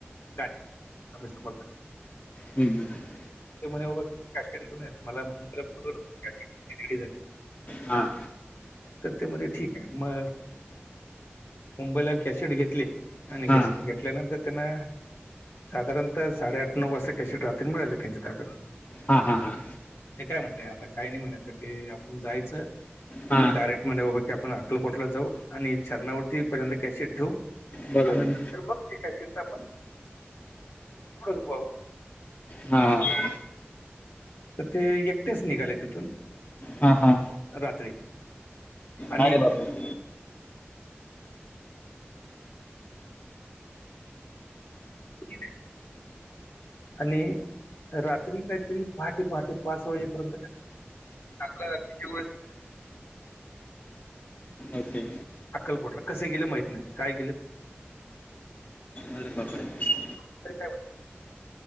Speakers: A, on the left (about 70°); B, on the left (about 40°).
A: <unintelligible> स्वामी समर्थ.
B: हम्म हम्म हम्म.
A: ते म्हणे बाबा कॅशेट घेऊन ये मला <unintelligible> झाली.
B: हा.
A: तर ते म्हणे ठीक आहे. मग मुंबईला कॅसेट घेतली. आणि
B: हां
A: <unintelligible> घेतल्यानंतर त्यानं साधारणतः साडेआठ नऊ वाजता कॅसेट रात्री मिळाली त्यांच्या ताब्यात.
B: हा हा हा.
A: ते काय म्हटलंय आता काय नाही म्हणे ते आता आपण जायचं
B: हां
A: तर डायरेक्ट म्हणे की आपण अकलकोटला जाऊ आणि छरणावरती पहिल्यादा कॅशेट ठेवु
B: बरोबर
A: आणि नंतर मग ते सीट आपण <inaudible> <unintelligible> वह
B: हा.
A: तर ते एकटेच निघाले तिथून.
B: हा हा.
A: रात्री. आणि
B: अरे बापरे.
A: ठिक आहे. आणि रात्री काहीतरी पहाटे, पहाटे पाच वाजेपर्यंत काकड आरतीच्या वेळेस.
B: ओके.
A: अक्कलकोटला कसे गेले माहित नाही काय गेले
B: अ कपडे <unintelligible>
A: वा <unintelligible>